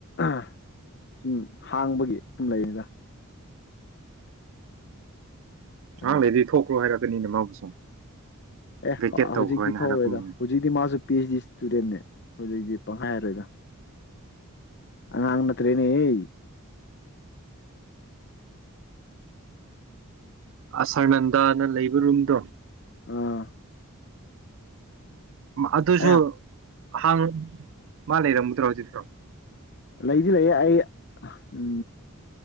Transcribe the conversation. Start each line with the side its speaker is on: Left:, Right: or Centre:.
Left: ꯑꯥ ꯎꯝ ꯍꯥꯡꯕꯒꯤ ꯨꯎꯝ ꯂꯩꯅꯤꯗ
Right: ꯉꯍꯥꯛ
Left: ꯑꯗꯨꯅ
Right: ꯂꯩꯗꯤ ꯊꯣꯛꯈ꯭ꯔꯣ ꯍꯥꯏꯔ ꯑꯗꯨꯅ ꯃꯥꯕꯨꯁꯨ
Left: ꯑꯦ
Right: ꯚꯦꯀꯦꯠ
Left: ꯍꯧꯖꯤꯛꯇꯤ
Right: ꯇꯧꯈ꯭ꯔꯣꯅ
Left: ꯊꯣꯛꯎꯔꯣꯏꯗ
Right: ꯍꯥꯏꯔꯛꯀꯅꯤꯅꯦ
Left: ꯍꯧꯖꯤꯛꯇꯤ ꯃꯥꯁꯨ ꯄꯤ ꯖꯤ ꯏꯁꯇꯨꯗꯦꯟꯅꯦ ꯍꯧꯖꯤꯛꯇꯤ ꯄꯪꯍꯥꯏ ꯍꯥꯏꯔꯣꯏꯗ ꯑꯉꯥꯡ ꯅꯠꯇ꯭ꯔꯦꯅꯦꯍꯦ
Right: ꯑꯁꯔꯅꯟꯗꯥꯅ ꯂꯩꯕ ꯔꯨꯝꯗꯣ
Left: ꯑꯥ
Right: ꯑꯗꯨꯁꯨ
Left: ꯑꯩ
Right: ꯍꯥꯡ ꯂꯩꯔꯝꯒꯗꯔꯣ ꯍꯨꯖꯤꯛꯁꯨ
Left: ꯂꯩꯗꯤ ꯂꯩꯌꯦ ꯑꯩ ꯎꯝ